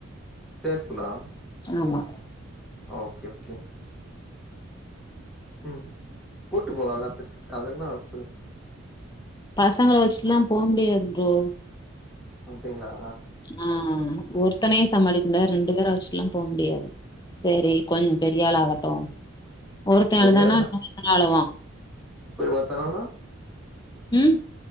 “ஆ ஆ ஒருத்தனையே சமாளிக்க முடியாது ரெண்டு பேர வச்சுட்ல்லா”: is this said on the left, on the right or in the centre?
Left